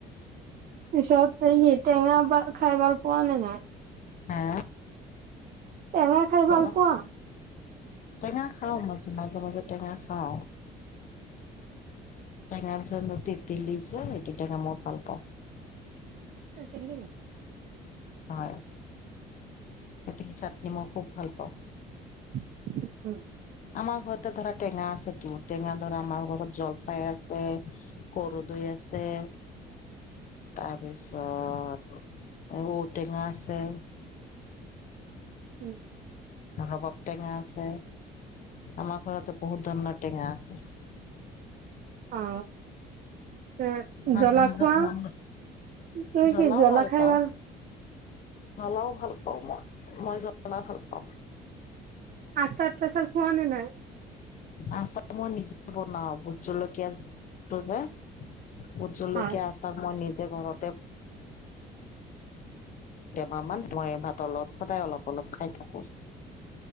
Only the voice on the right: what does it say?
পিছত এই টেঙা বা খাই ভাল পোৱা নাই নাই?
টেঙা খাই
ভাল পোৱা?
তকেনো।
<unintelligible>
হয়
উম।
অ'। এ
জলা
খোৱা?
তুমি
কি জ্বলা খাই
ভাল
আছাৰ তছাৰ খোৱা নে নাই?
হয়,